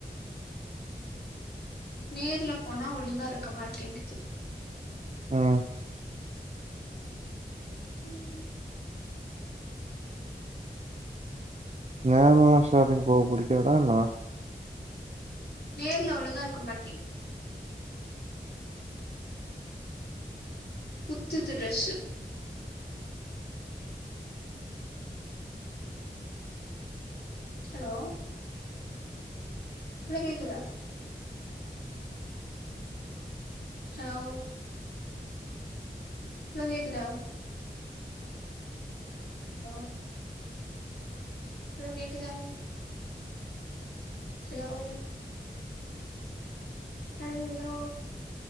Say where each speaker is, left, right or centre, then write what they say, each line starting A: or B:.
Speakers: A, on the left; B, on the right.
A: நேர்ல போனா ஒழுங்கா இருக்க மாட்டேங்கிது
B: ஆ
A: ம்
B: நேர்ல ஷாப்பிங் போவ புடிக்காதா என்னா
A: நேர்ல ஒழுங்கா இருக்க மாட்டிகிது குத்துது ட்ரெஸு ஹலோ ஹலோ கேக்குதா ஹலோ இப்ப கேக்குதா ஹலோ இப்ப கேக்குதா ஹலோ ஹலோ